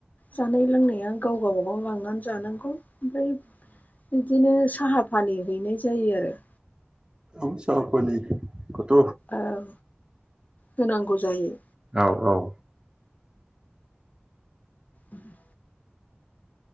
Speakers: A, on the left; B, on the right.
A: जानाय लोंनाया गाव गावबागाव लांनानै जानांगौ। ओमफ्राय बिदिनो साहा फानि हैनाय जायो आरो।
B: औ साहा फानि खौथ'
A: औ होनांगौ जायो।
B: औ औ
A: उम